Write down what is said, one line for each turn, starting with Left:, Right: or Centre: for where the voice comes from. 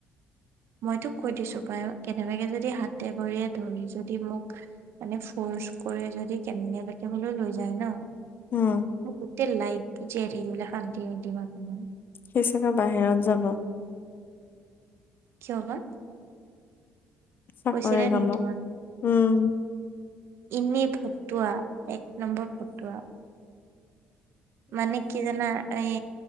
Right: মইতো কৈ দিছো বায় কেনেবাকে যদি হাতে ভৰিয়ে ধৰি যদি মোক। মানে ফৰ্চ কৰি যদি কেনেবাকে হলেও লৈ যায় ন।
Left: উমঁ।
Right: গোটেই লাইফটো জীয়াই থাকিবলৈ শান্তি নিদিম আপুনাক।
Left: সি চাগে বাহিৰত যাব।
Right: কিয় বা?
Left: চাকৰি
Right: কৈছিলে
Left: কামত
Right: নেকি তোমাক?
Left: উম
Right: এনেই ফটুৱা, এক নম্বৰ ফটুৱা। মানে কি জানা এই